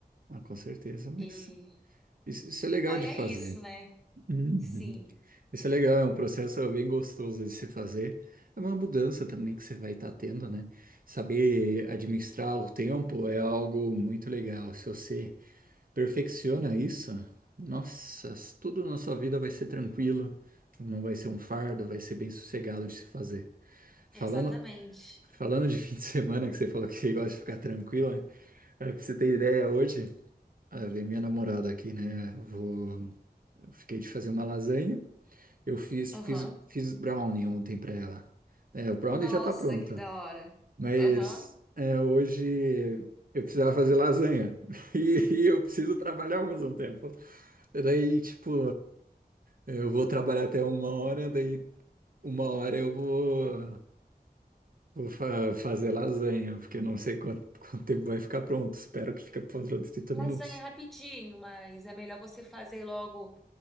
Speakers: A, on the right; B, in the centre.
A: Ah, com certeza, mas
B: E
A: isso, isso é legal
B: aí
A: de
B: é
A: fazer.
B: isso, né?
A: Uhum.
B: Sim.
A: Isso é legal, é um processo bem gostoso de se fazer. É uma mudança também que você vai estar tendo, né? Saber administrar o tempo é algo muito legal. Se você perfecciona isso, nossa, tudo na sua vida vai ser tranquilo, não vai ser um fardo, vai ser bem sossegado de se fazer. Falando,
B: Exatamente.
A: Falando de fim de semana, que você falou que gosta de ficar tranquila, é pra você ter ideia, hoje, ah, vem minha namorada aqui, né? Eu Vou, eu fiquei de fazer uma lasanha. Eu fiz,
B: Aham.
A: fiz, fiz brownie ontem pra ela. É, o brownie
B: Nossa,
A: já tá pronto,
B: que da hora.
A: mas
B: Aham.
A: eh, hoje eu precisava fazer lasanha <laughs> e, e eu preciso trabalhar ao mesmo tempo. Daí, tipo, eu vou trabalhar até uma hora, daí uma hora eu vou. Vou fa- fazer lasanha, porque eu não sei quanto, quanto tempo vai ficar pronto. Espero que fique pronto de trinta
B: Lasanha
A: minutos.
B: rapidinho, mas é melhor você fazer logo,